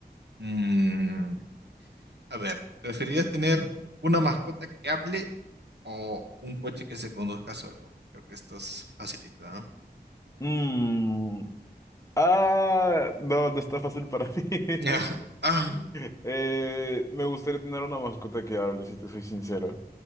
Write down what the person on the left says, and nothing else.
Mm, ah, no, no está fácil para mí.
<laughs>
<laughs> Eh, me gustaría tener una mascota que hable, si te soy sincero.